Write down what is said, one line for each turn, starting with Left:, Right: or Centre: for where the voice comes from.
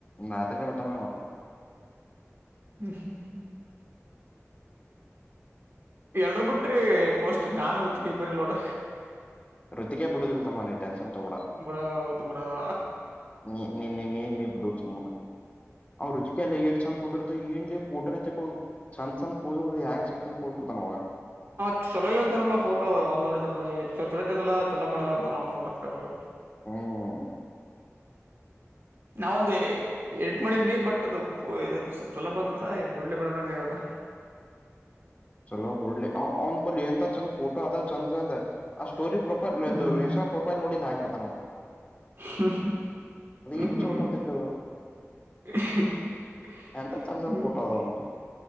Left: ರಾತ್ರಿನೇ ಬಿಟ್ಟಾನ ಅವ
Right: ಹ್ಮ್ ಎಲ್ರೂ ಬಿಟ್ರಿ ಪೋಸ್ಟ್ ನಾನೂ ಋತ್ವಿಕ ಇಬರಿಲ್ ನೋಡ
Left: ಋತಿಕೇ ಬುಡೂದಿಲ್ ತಮ್ಮ ನೀ ಟೆನ್ಷನ್ ತೊಬೇಡ
Right: ಬಿಡದ ಅವತ್ತು ಬಿಡದ
Left: ನೀ ನೀ ನೀ ನೀ ಬುಡ್ ಸುಮ್ಮನ್ ಅವ್ ರುಚಿ ಲ್ಲ ಏಟ್ ಚಂದ್ ಪೋಟ ಇರ್ತವ ಏನ್ಲೆ ಪೋಟನೆ ತೆಕೊಳದ್ ಚಂದ ಚಂದ ಪೋಸಗಳ ಹೆಂಗ ಸಿಕ್ಕಂಗ ಪೋಸ್ ಕೊಡ್ತನ ಹೊಗ
Right: ಹ ಚೊಲೋ ಇಲ್ಲನಂತನಪ್ಪ ಫೋಟೋ ಒಂದ ನೋಡಿದ್ರ ಚಲೋತ್ತೆಗದಿಲ್ಲ ಚಲೋ ಮಾಡಿಲ್ಲ ಅಂತನ್ ಅವ್ ಫೋಟೋ <unintelligible>
Left: ಹ್ಮ್
Right: ನಾವೊಂದು ಎಡಿಟ್ ಮಾಡಿನೀ ಬಟ್ ಅದು ಸ್ವಲ್ಪ್ ಚಲೋ ಬಂದದ್ ಬುಡ್ಲೆ ಬ್ಯಾಡನಂಗ ಆಗ್ಯಾದ್
Left: ಚಲೋ ಬಿಡ್ಲಿ ಅವನ್ ಬಲಿ ಎಂತ ಚಂದ ಪೋಟೋ ಅದ ಚಂದ ಚಂದ ಆ ಸ್ಟೋರಿ ಪ್ರ ಇನ್ಸಟ್ಟಗ್ರಾಮ್ಮ
Right: ಹ್ಮ್
Left: ಪ್ರೊಫೈಲ್ ನೋಡಿಲ್ಲಾ ಹೆಂಗ ಇಡತಾನವ
Right: ಹ
Left: ಏನ್
Right: ಹ್ಮ
Left: ಚಲೋ ಕಾಣ್ತಿತ್ತು
Right: <unintelligible>
Left: ಎಂತ ಚಂದ ಚಂದ ಫೋಟೋ ಅದಾವ ಅವನ್ ಬಲ್ಲಿ